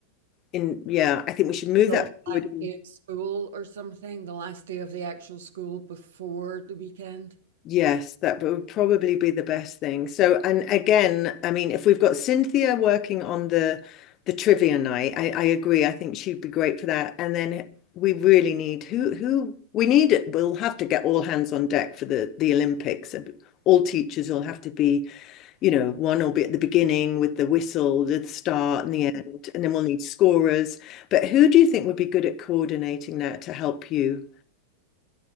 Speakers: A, on the left; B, on the right.
A: in yeah, I think we should move
B: the
A: that forward.
B: last day of school or something, the last day of the actual school before the weekend?
A: Yes, that would probably be the best thing. So, and again, I mean, if we've got Cynthia working on the the trivia night, I, I agree. I think she'd be great for that. And then we really need who who we need. it. We'll have to get all hands on deck for the the Olympics. All teachers will have to be, you know, one will be at the beginning with the whistle, the start and the end, and then we'll need scorers. But who do you think would be good at coordinating that to help you?